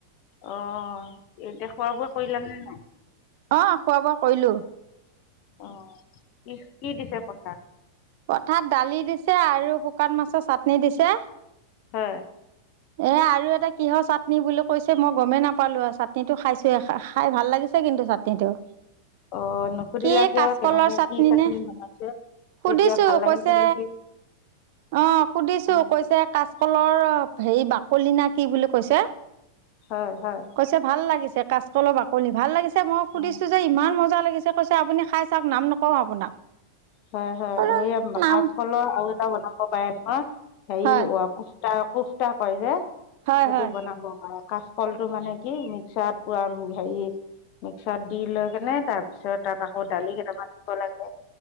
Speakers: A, on the left (about 40°); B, on the right (about 50°).
A: অ এতিয়া খোৱা-বোৱা কৰিলা নে নাই?
B: অ, খোৱা-বোৱা কৰিলোঁ।
A: অ কি কি দিছে পইচা?
B: তাত দালি দিছে আৰু শুকান মাছৰ চাটনি দিছে।
A: হয়।
B: এ আৰু এটা কিহৰ চাটনি বুলি কৈছে, মই গমেই নাপালো আৰু চাটনিটো খাইছো এ খাই ভাল লাগিছে কিন্তু চাটনিটো।
A: অ নুসুধিলা
B: কি
A: কিয়?
B: কাচকলৰ
A: কেনেকে কি চাটনি
B: নে
A: বনাইছে?
B: সুধিছো
A: তেতিয়া ভাল লাগিছে
B: কৈছে
A: যদি
B: অ সুধিছো
A: অ
B: কৈছে কাচকলৰ হেৰি বাকলি না কি বুলি কৈছে।
A: হয় হয়
B: কৈছে ভাল লাগিছে। কাচকলৰ বাকলি ভাল লাগিছে, মই সুধিছো
A: অ
B: যে ইমান মজা লাগি গৈছে আপুনি খাই চাওক। নাম নকও আপোনাক।
A: হয়-হয়,
B: বোলো
A: এই
B: নাম
A: কাচকলৰ আৰু এটা বনাব পাৰে নহয়। হেৰি
B: হয়
A: অ কুচা কোচা কৰে যে
B: হয়
A: সেইটো
B: হয়
A: বনাব সপাই। কাচকলটো মানে কি মিক্সাৰত পৰা হেৰি মিক্সাৰত দি লৈ কেনে তাৰ পিছত তাত আকৌ দালি কেইটামান দিব লাগে।